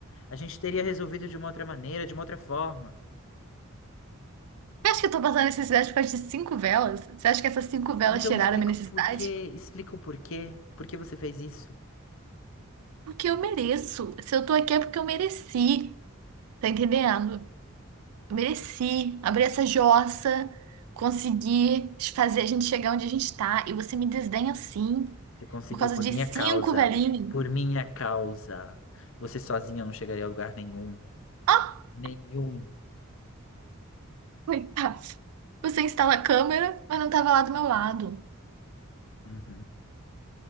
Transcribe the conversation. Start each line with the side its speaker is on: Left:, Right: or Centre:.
Left: A gente teria resolvido de uma outra maneira, de uma outra forma.
Right: Você acha que eu estou passando necessidade por causa de cinco velas? Você acha que essas cinco velas
Left: Então
Right: tiraram
Left: me explica
Right: a minha necessidade?
Left: o porquê, explica o porquê. Por que você fez isso?
Right: Porque eu mereço. Se eu tô aqui é porque eu mereci. Tá entendendo? Mereci abrir essa jossa, consegui fazer a gente chegar onde a gente tá, e você me desdenha assim,
Left: Você conseguiu
Right: por causa
Left: por
Right: de
Left: minha
Right: cinco
Left: causa.
Right: velhinhos.
Left: Por minha causa. Você sozinha não chegaria a lugar nenhum.
Right: Ah,
Left: Nenhum.
Right: Coitado. Você instala a câmera, mas não tava lá do meu lado.
Left: Uhum.